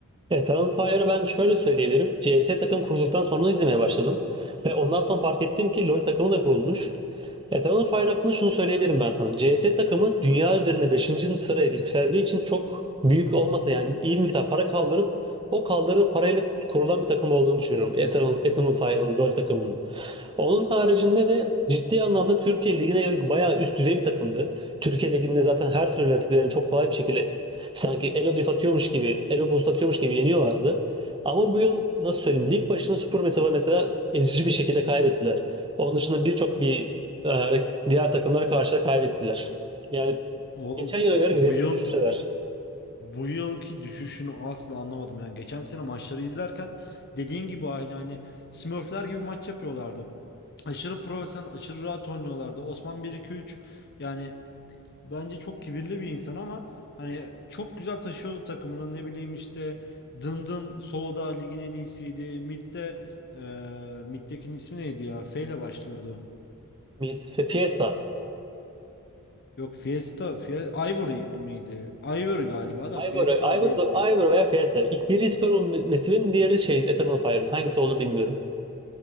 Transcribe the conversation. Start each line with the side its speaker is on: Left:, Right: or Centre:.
Right: Eternal Fire'ı ben şöyle söyleyebilirim. CS takım kurulduktan sonra izlemeye başladım. Ve ondan sonra fark ettim ki LoL takımı da kurulmuş. Eternal Fire hakkında şunu söyleyebilirim ben sana. CS takımı dünya üzerinde beşinci sıraya yükseldiği için çok büyük olmasa yani iyi bir miktar para kaldırıp o kaldırdığı parayla kurulan bir takım olduğunu düşünüyorum. Eternal, Eternal Fire'ın LoL takımının. Onun haricinde de ciddi anlamda Türkiye Ligi'ne yönelik bayağı üst düzey bir takımdı. Türkiye Ligi'nde zaten her türlü rakiplerini çok kolay bir şekilde sanki Elo Def atıyormuş gibi, Elo Boost atıyormuş gibi yeniyorlardı. Ama bu yıl nasıl söyleyeyim lig başına Super mesela mesela ezici bir şekilde kaybettiler. Onun dışında birçok bir e, diğer takımlara karşı da kaybettiler. Yani
Left: Oğlum
Right: geçen yıla göre
Left: bu
Right: geri
Left: yıl
Right: düşseler.
Left: bu yılki düşüşünü asla anlamadım. Yani geçen sene maçları izlerken dediğin gibi aynı hani Smurfler gibi maç yapıyorlardı. Aşırı profesyonel, aşırı rahat oynuyorlardı. Osman 1-2-3 yani bence çok kibirli bir insan ama hani çok güzel taşıyordu takımını. Ne bileyim işte Dındın soloda ligin en iyisiydi. Mid'de eee Mid'dekinin ismi neydi ya? F ile başlıyordu.
Right: Mid, F- Fiesta.
Left: Yok Fiesta, Fie- Ivory miydi? Ivory galiba da Fiesta
Right: Ivor, Ivor,
Left: değil.
Right: Ivor veya Fiesta. İlk biri Spur Mesiv'in diğeri şey Eternal Fire'ın. Hangisi olduğunu bilmiyorum.